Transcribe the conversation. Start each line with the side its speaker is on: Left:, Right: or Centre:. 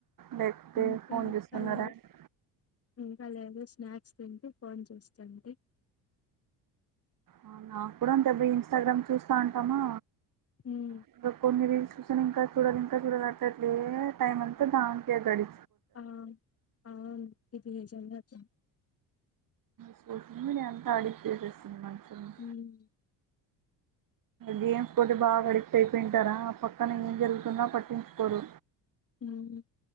Right: లేకపోతే
Left: ఇంకా
Right: ఫోన్
Left: ఇంకా
Right: చుస్తున్నారా
Left: లేదు
Right: అండి
Left: ఇంకా లేదు స్నాక్స్ తింటూ ఫోన్ చేస్తున్న అండి
Right: అవునా నేను కూడా అంతేబ్బ ఇన్స్టాగ్రామ్ చూస్తా ఉంటామా
Left: ఉమ్
Right: ఇం కొన్ని రీల్స్ చూసాని ఇంకా చూడదు ఇంకా కూడా కట్టలేదే టైమ్ అంతా దానికే అయ్యితది
Left: ఆ ఆ ఇది నిజమే అండి
Right: సోషల్ మీడియా అంత అడెక్ట్ చేసేసింది మనుషులని
Left: ఉమ్
Right: గేమ్స్ పోతే బాగా అడిక్ట్ అయిపోయింటారా ఆ పక్కన ఏం జరుగుతున్నా పట్టించుకోరు
Left: హమ్మ్